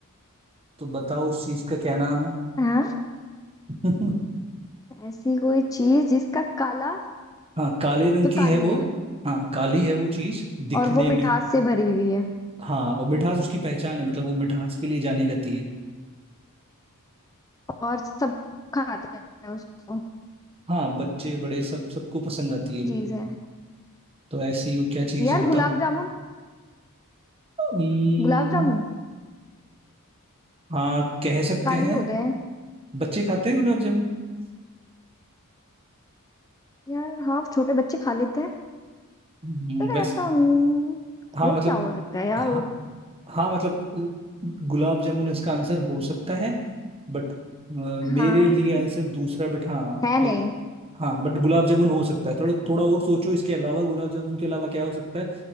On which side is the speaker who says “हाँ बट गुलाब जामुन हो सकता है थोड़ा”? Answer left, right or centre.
Right